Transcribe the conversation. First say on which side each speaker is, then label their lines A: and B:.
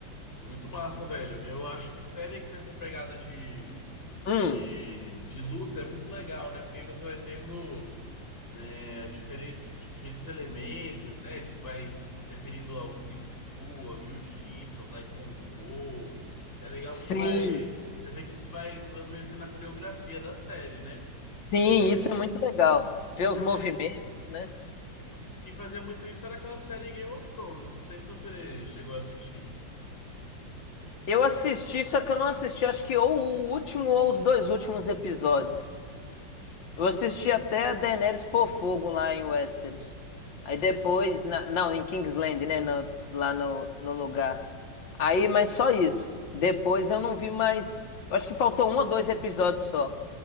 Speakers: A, on the left; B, on the left.
A: Muito massa, velho. Eu acho que série que tem essa pegada de,
B: Hum,
A: de, de luta é muito legal, né? Porque aí você vai tendo né, diferentes, diferentes elementos, né? Tipo, vai se referindo ao Kung Fu, ao Jiu-Jitsu, ao Taekwondo. É legal
B: sim,
A: porque vai. Você vê que isso vai entrando meio que na coreografia da série, né?
B: sim,
A: É,
B: isso é muito legal. Ver
A: quem fazia,
B: os movimentos, né?
A: quem fa- quem fazia muito isso era aquela série Game of Thrones. Não sei se você chegou a assistir.
B: Eu assisti, só que eu não assisti, acho que ou o último ou os dois últimos episódios. Eu assisti até a Daenerys pôr fogo lá em Westeros. Aí depois, na- não, em Kingsland, né? no- lá no, no lugar. Aí, mas só isso. Depois eu não vi mais. Eu acho que faltou um ou dois episódios só.